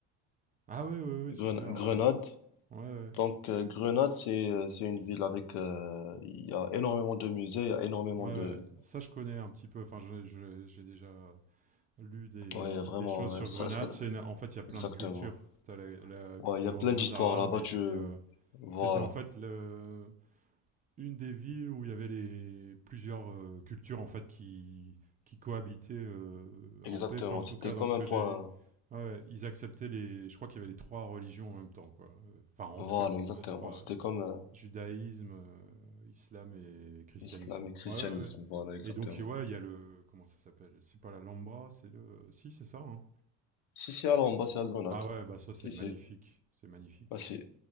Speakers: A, on the right; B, on the left.
A: Ah ouais, ouais, ouais, super,
B: Gren- Grenade.
A: ouais. Ouais, ouais.
B: Donc euh, Grenade, c'est euh, c'est une ville avec euh, il y a énormément de musées, il y a énormément
A: Ouais,
B: de
A: ouais. Ça, je connais un petit peu. Enfin, j'en ai- je- j'ai déjà lu des,
B: ouais vraiment
A: des choses sur
B: euh, ça,
A: Grenade.
B: ça-
A: C'est une- En fait, il y a plein
B: exactement.
A: de cultures. T'as la, la
B: Ouais,
A: culture
B: il y a plein
A: euh, mozarabe
B: d'histoires là-bas.
A: et
B: Tu
A: puis euh,
B: voilà
A: c'était en fait le, une des villes où il y avait les plusieurs euh, cultures en fait qui qui cohabitaient euh,
B: exactement.
A: en paix. Enfin, en
B: C'était
A: tout cas,
B: comme
A: dans ce
B: un
A: que
B: point
A: j'ai lu, ouais, ils acceptaient les. Je crois qu'il y avait les trois religions en même temps, quoi. Euh, Enfin, en
B: voilà
A: tout cas,
B: exactement.
A: les trois
B: C'était comme euh,
A: judaïsme, euh, islam et christianisme.
B: islam et christianisme
A: Ouais, ouais, ouais.
B: voilà exactement.
A: Et donc, ouais, il y a le comment ça s'appelle C'est pas la Lambra, c'est le. Si, c'est ça. hein.
B: Si si alors en bas c'est à Grenade.
A: Ah ouais, bah ça c'est
B: Si
A: magnifique,
B: si
A: c'est magnifique.
B: bah si.